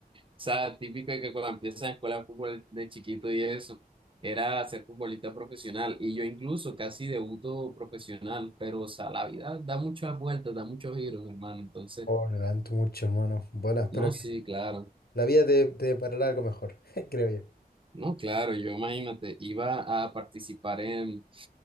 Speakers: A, on the right; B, on the left.
A: sea, típico de que cuando empiezas en escuela de fútbol de chiquito y eso, era ser futbolista profesional. Y yo incluso casi debuto profesional, pero o sea, la vida da muchas vueltas, da muchos giros, hermano. Entonces,
B: Oh, lo lamento mucho, hermano. Bueno, espero
A: no, sí, claro.
B: La vida te, te parará algo mejor, <laughs> creo yo.
A: No, claro, yo imagínate, iba a participar en